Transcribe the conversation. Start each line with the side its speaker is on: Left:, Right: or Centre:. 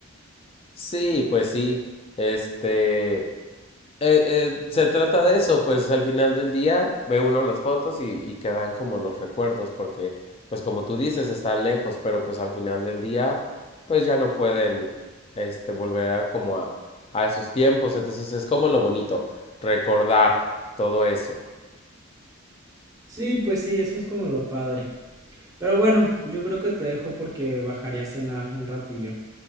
Left: Sí, pues sí, este, eh, eh, se trata de eso, pues al final del día ve uno las fotos y, y quedan como los recuerdos, porque pues como tú dices, están lejos, pero pues al final del día pues ya no pueden, este, volver a como a, a esos tiempos, entonces es como lo bonito, recordar todo eso.
Right: Sí, pues sí, eso es como lo padre. Pero bueno, yo creo que te dejo porque bajaré a cenar un ratillo.